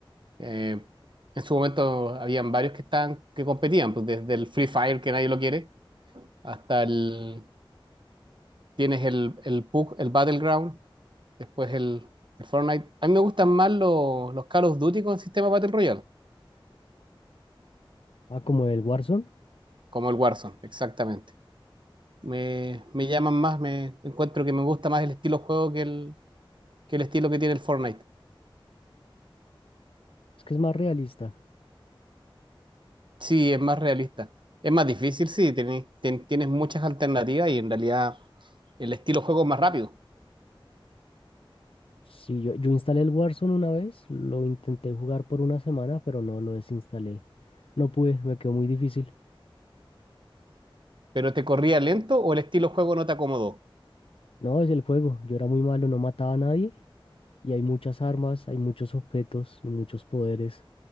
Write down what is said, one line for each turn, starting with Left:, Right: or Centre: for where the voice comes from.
Right: Eh, en su momento habían varios que estaban, que competían, pues desde el Free Fire, que nadie lo quiere, hasta el, tienes el, el PUBG, el Battleground, después el, el Fortnite. A mí me gustan más los, los Call of Duty con sistema Battle Royale,
Left: Ah, como el Warzone,
Right: como el Warzone, exactamente. Me, me llaman más, me encuentro que me gusta más el estilo juego que el, que el estilo que tiene el Fortnite.
Left: es que es más realista.
Right: Sí, es más realista. Es más difícil, sí, tienes, tien- tienes muchas alternativas y en realidad el estilo juego es más rápido.
Left: Sí, yo, yo instalé el Warzone una vez, lo intenté jugar por una semana, pero no lo desinstalé. No pude, me quedó muy difícil.
Right: ¿Pero te corría lento o el estilo juego no te acomodó?
Left: No, es el juego, yo era muy malo, no mataba a nadie y hay muchas armas, hay muchos objetos y muchos poderes.